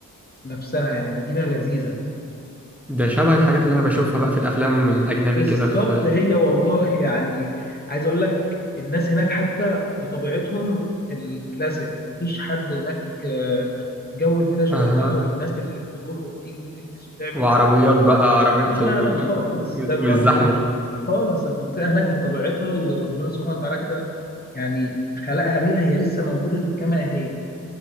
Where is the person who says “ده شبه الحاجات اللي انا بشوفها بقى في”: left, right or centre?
Centre